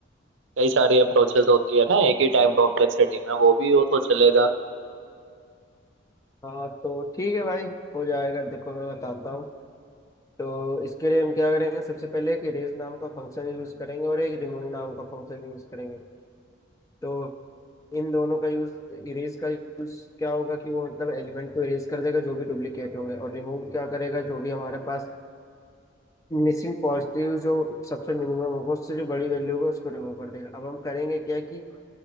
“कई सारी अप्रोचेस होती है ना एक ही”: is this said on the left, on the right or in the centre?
Right